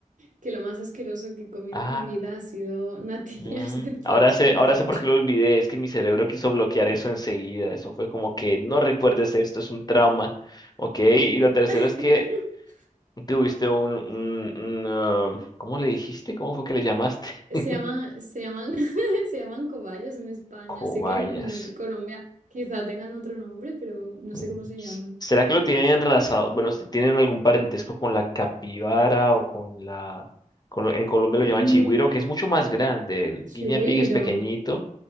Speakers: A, on the right; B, on the left.
A: Que lo más asqueroso que he comido
B: <laughs>
A: en mi vida
B: Ah.
A: ha sido natillas
B: Mm,
A: <laughs> mezcladas
B: Ahora sé,
A: con
B: ahora
A: ketchup.
B: sé por qué lo olvidé, es que mi cerebro quiso bloquear eso enseguida, eso fue como que no recuerdes esto, es un trauma, ¿ok? Y lo tercero
A: <laughs>
B: es que tuviste un, un, un, ah, ¿cómo le dijiste? ¿Cómo fue que le llamaste?
A: Se
B: <laughs>
A: llaman, se llaman, <laughs> se llaman cobayas en España.
B: Cobayas.
A: Sé que en Colombia quizá tengan otro nombre, pero no
B: Mm,
A: sé cómo se
B: s-
A: llaman.
B: ¿Será que lo tienen raza- Bueno, si ¿tienen algún parentesco con la capibara o con la... con lo- en Colombia lo llaman
A: Mm,
B: chigüiro, aunque es mucho más grande, el
A: chigüiro.
B: guinea pig es pequeñito.